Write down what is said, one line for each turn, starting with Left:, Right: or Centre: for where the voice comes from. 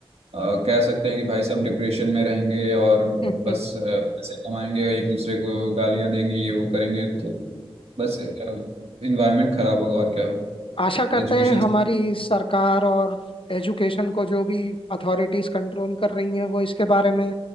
Right: अ, कह सकते हैं कि भाई सब डिप्रेशन में रहेंगे और
Left: <laughs> हम्म,
Right: बस
Left: हम्म।
Right: अ, पैसे कमाएंगे एक दूसरे को गालियां देंगे ये वो करेंगे
Left: हम्म।
Right: तो बस इन्वायरमेंट खराब होगा और क्या
Left: आशा करते
Right: एजुकेशन
Left: हैं हमारी सरकार और एजुकेशन को जो भी अथॉरिटीज कंट्रोल कर रही हैं वो इसके बारे में